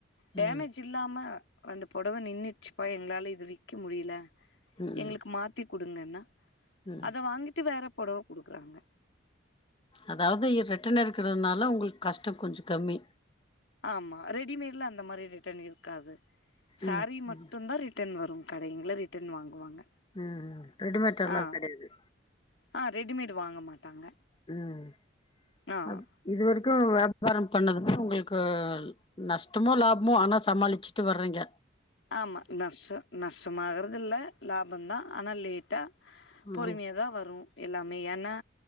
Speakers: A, on the left; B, on the left.
A: டேமேஜ்
B: ம்
A: இல்லாம அந்த புடவ நின்னுச்சுப்பா எங்ளால இது விக்க முடில
B: ம்
A: எங்ளுக் மாத் த்தி குடுங்கன்னா
B: ம்
A: அத வாங்கிட்டு வேற புடவ குடுக்றாங்க
B: அதாவது ரெட்டன் இருக்கிறதுனால உங்ளுக்கு கஷ்டம் கொஞ்சோ கம்மி
A: ஆமா ரெடிமேட்ல அந்த மாரி ரிட்டர்ன் இருக்காது சாரீ
B: ம்
A: மட்டுதா
B: ம்
A: ரிட் ரிட்டன் வரு கடைங்கள ரிட்டன் வாங்குவாங்க
B: ம் ரெடிமேட் எல்லா
A: ஆ
B: கெடையாது
A: ஆ ரெடிமேடு வாங்க மாட்டாங்க
B: ம்
A: ஆ ஆ
B: அது இது வரைக்கு வியாபாரம் பண்ணதுன்னா உங்ளுக்கள் நஷ்டமோ லாபமோ ஆனா சமாளிச்சிட்டு வர்றங்க
A: ஆமா நஷ்ஷ நஷ்டம் ஆகுறது இல்ல லாபம் தா ஆனா லேட்டா
B: ம்
A: பொறுமைய தா வரு எல்லாமே ஏனா